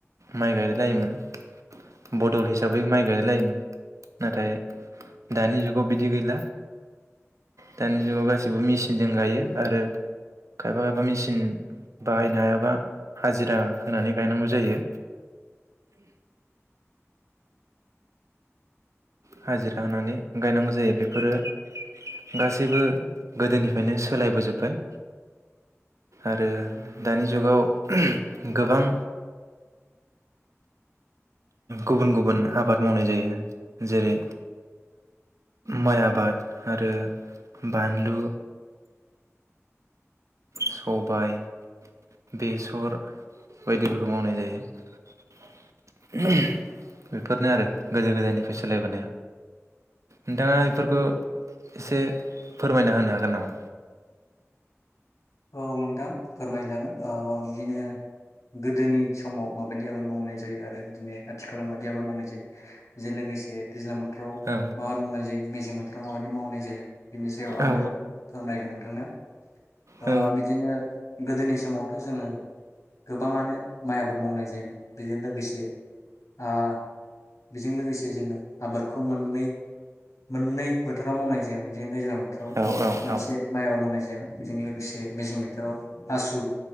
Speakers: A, on the right; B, on the left.
A: माइ गायलाय लायोमोन बदल हिसाबै माइ गायलाय लायोमोन नाथाय दानि जुगाव बिदि गैला दानि जुगाव गासिबो मेचि जों गायो आरो खायफा खायफा मेचिन बाहायनो हायाबा हाजिरा होनानै गायनांगौ जायो। हाजिरा होनानै गायनांगौ जायो बेफोरो गासैबो गोदोनिफ्रायनो सोलायबोजोब्बाय आरो दानि जुगाव गोबां गुबुन गुबुन आबाद मावनाय जायो जेरै माइ आबाद आरो बानलु सबाय बेसर बायदिफोरखौ मावनाय जायो‌। बेफोरनो आरो गोदो गोदायनिफ्राय सोलायबोनाया नोंथाङा बेफोरखौ एसे फोरमायना होनो हागोन नामा?
B: औ नोंथां फोरमायजागोन ओ बिदिनो गोदोनि समाव माबादि आबाद मावनाय जायो आरो बिदिनो आथिखालाव माबादि आबाद मावनाय जायो जे लोगोसे दैज्लां बो आव
A: औ
B: मा आबाद मावनाय जायो मेसें बोथोराव माबादि मावनाय जायो बिनि सायाव आङो
A: औ
B: फोरमायगोन नोंथांनो ओ
A: औ
B: बिदिनो गोदोनि समाव बेखौ जोङो गोबाङानो माइ आबाद मावनाय जायो जे बेजों लोगोसे ओ बेजों लोगोसे जोङो आबादखौ मोननै -मोननै बोथोराव मावनाय जायो बिदिनो दैज्ल <unintelligible>
A: औ औ
B: मोनसे
A: औ
B: माइ आबाद मावनाय जायोमोन बेजों लोगोसे मेसें बोथोराव आसु